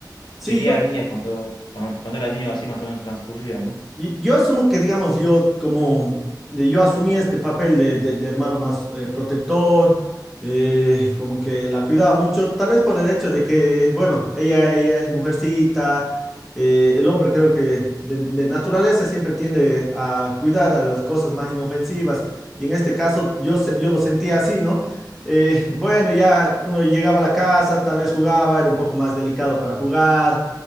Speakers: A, in the centre; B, on the left.
A: Sí,
B: mi día
A: yo,
B: a día cuando, cuando, cuando era niño así más o menos transcurría, ¿no?
A: Y- Yo asumo que, digamos, yo como de- yo asumí este papel de, de- de hermano más eh, protector, eh, como que la cuidaba mucho, tal vez por el hecho de que, bueno, ella, ella es mujercita, eh, el hombre creo que de, de naturaleza siempre tiende a cuidar a las cosas más inofensivas, y en este caso yo, se- yo lo sentía así, ¿no? Eh, y bueno, ya uno llegaba a la casa, tal vez jugaba, era un poco más delicado para jugar.